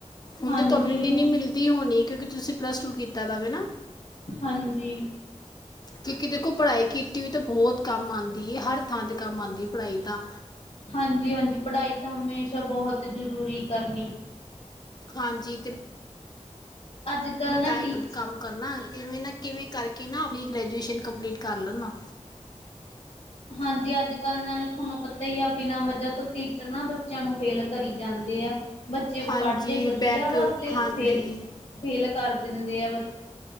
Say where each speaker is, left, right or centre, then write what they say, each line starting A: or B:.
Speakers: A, on the left (about 35°); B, on the left (about 60°).
A: ਹੁਣ
B: ਹਾਂਜੀ
A: ਤੇ ਤੁਹਾਨੂੰ ਇੰਨੀ ਇੰਨੀ ਮਿਲਦੀ ਹੋਣੀ ਕਿਉਂਕਿ ਤੁਸੀਂ ਪਲੱਸ ਟੂ ਕੀਤਾ ਦਾ ਵ ਨਾ
B: ਹਾਂਜੀ।
A: ਕਿਉਂਕਿ ਦੇਖੋ ਪੜ੍ਹਾਈ ਕੀਤੀ ਵੀ ਤਾਂ ਬਹੁਤ ਕੰਮ ਆਉਂਦੀ ਹੈ ਹਰ ਥਾਂ ਤੇ ਕੰਮ ਆਉਂਦੀ ਪੜ੍ਹਾਈ ਤਾਂ।
B: ਹਾਂਜੀ ਹਾਂਜੀ ਪੜ੍ਹਾਈ ਤਾਂ ਹਮੇਸ਼ਾ ਬਹੁਤ ਜ਼ਰੂਰੀ ਕਰਨੀ।
A: ਹਾਂਜੀ ਤੇ
B: ਅੱਜ ਕੱਲ੍ਹ
A: ਮੈਂ
B: ਨਾ
A: ਤਾਂ ਹੀ
B: ਟੀਚ
A: ਕੰਮ ਕਰਨਾ ਕਿਵੇਂ ਨਾ ਕਿਵੇਂ ਕਰਕੇ ਨਾ ਆਪਣੀ ਗ੍ਰੈਜੂਏਸ਼ਨ ਕੰਪਲੀਟ ਕਰ ਲੈਣਾ।
B: ਹਾਂਜੀ ਅੱਜ ਕੱਲ੍ਹ ਨਾਲੇ ਤੁਹਾਨੂੰ ਪਤਾ ਹੀ ਆ ਬਿਨਾਂ ਵਜ੍ਹਾ ਤੋਂ ਟੀਚਰ ਨਾ ਬੱਚਿਆਂ ਨੂੰ ਫੇਲ ਕਰੀ ਜਾਂਦੇ ਆ। ਬੱਚੇ
A: ਹਾਂਜੀ
B: ਪੜ੍ਹਦੇ ਵਧੀਆ
A: ਬੈਕ
B: ਵਾ ਤੇ
A: ਹਾਂਜੀ
B: ਫੇਲ-ਫੇਲ ਕਰ ਦਿੰਦੇ ਆ ਬ